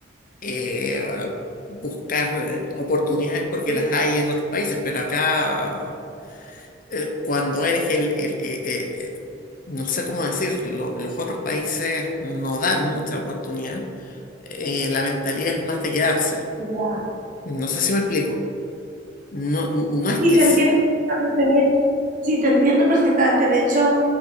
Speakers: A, on the left; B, on the right.
A: eh, buscar eh, oportunidades porque
B: Sí,
A: las hay en otros países, pero acá eh, cuando eres el, el- eh, eh, eh, no sé cómo decirlo, los otros países no dan mucha oportunidad, eh, la mentalidad es más de quedarse.
B: Ya.
A: No sé si me explico. No, no es
B: Sí,
A: que
B: te
A: es,
B: entiendo perfectamente en esto. Sí, te entiendo perfectamente. De hecho,